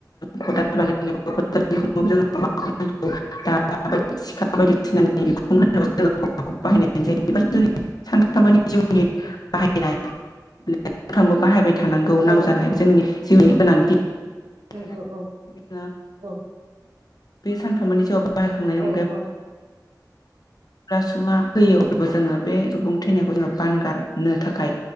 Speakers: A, on the left (about 60°); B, on the right (about 65°).
A: खदाल बानायनायावबो खदाल बिखुंआवबो जोंनो औवाखौ नांगौ, दाबा आरो सिखा बायदिसिनानि बिखुं होनोबो जोंनो औवा बाहायनाय जायो बेफोर जोंनि सानफ्रामबोनि नि बाहायनाय <unintelligible> बाहायबाय थानांगौ नांजानाय
B: औ नंगौ
A: जोंनि जिउनि गोनांथि <unintelligible>
B: नंगौ औ औ
A: बे सानथामानि जेरावबो बाहायखांनायनि अनगायोब
B: औ औ
A: रासुमा हैयो अब्लाबो जोङो बे सुबुं थैनायखौ जोङो बानगारनो थाखाय